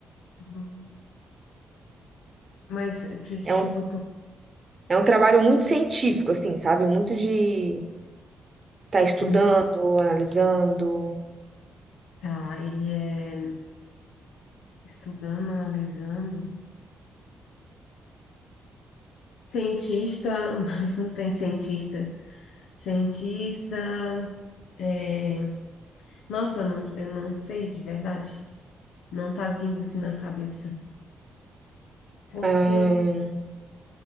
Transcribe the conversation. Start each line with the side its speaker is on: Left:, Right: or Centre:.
Left: Uhum. Mas, ti- tipo,
Right: É um,
Left: tu
Right: é um trabalho muito científico, assim, sabe? Muito de estar estudando,
Left: Hum,
Right: analisando.
Left: Tá, ele é estudando, analisando. Cientista, <laughs> mas não tem cientista. Cientista. é, Nossa, não, eu não sei de verdade. Não tá vindo assim na cabeça. Porque,
Right: Ahn,